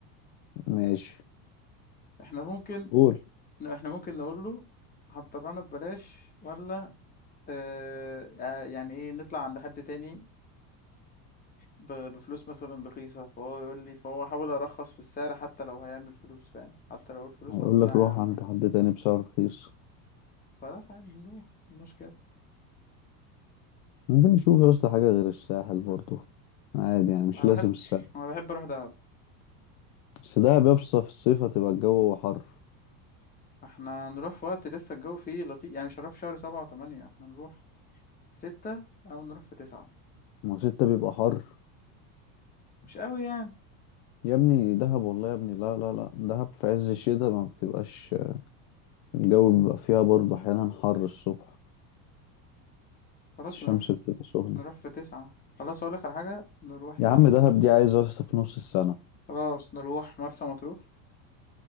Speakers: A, on the left; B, on the left.
A: ماشي
B: احنا ممكن
A: قول
B: احنا ممكن نقول له هتطلعنا ببلاش ولا آه آه، يعني ايه نطلع عند حد تاني ب- بفلوس مثلا رخيصه فهو يقول لي فهو احاول ارخص في السعر حتى لو هيعمل فلوس فاهم حتى لو الفلوس
A: هيقول
B: اقول له
A: لك
B: لا يا عم
A: روح عند حد تاني بسعر رخيص
B: خلاص عادي نروح إيه المشكله
A: ممكن نشوف يا اسطى حاجه غير الساحل برضو عادي يعني مش
B: انا
A: لازم
B: بحب
A: الساحل
B: انا بحب اروح دهب
A: بس دهب يا اسطى في الصيف هتبقى الجو حر
B: احنا نروح في وقت لسه الجو فيه لطيف يعني مش هنروح في شهر سبعة وثمانية احنا نروح في ستة او نروح في تسعة
A: ما هو ستة بيبقى حر
B: مش قوي يعني
A: يا ابني دهب والله يا ابني لا لا لا دهب في عز الشتاء ما بتبقاش الجو بيبقى فيها برضو احيانا حر الصبح
B: خلاص
A: الشمس
B: نروح
A: بتبقى سخنه
B: نروح في تسعة خلاص أقولك على حاجة نروح
A: يا
B: يا
A: عم
B: سيدي
A: دهب دي عايزه يا اسطى في نص السنه
B: خلاص نروح مرسى مطروح